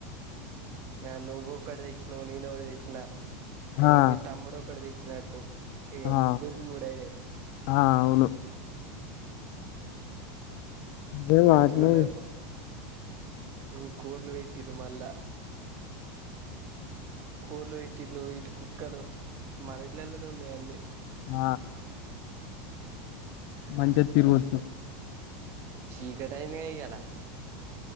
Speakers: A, on the right; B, on the left.
A: ఎ అ నువ్వు ఒకటి తెచ్చినావు, నేను ఒకటి తెచ్చిన ఇగ
B: ఆ
A: మీ తమ్ముడు ఒకటి తెచ్చినాడు. ఇగా
B: ఆ
A: ముగ్గురికి మూడ అయినాయి
B: ఆ అవును అదే
A: మంచిగున్నావ్
B: వాటిని
A: పో ఇ కూర్లు వెట్టినే మళ్ళ కోళ్లు పెటిలు ఇటు కుక్కలు మన ఇళ్లలోనే ఉన్నాయి అన్ని
B: ఆ
A: యాక్టింగ్
B: మంచిగా తిరగొచ్చు
A: చీకటైందిగా ఇయాల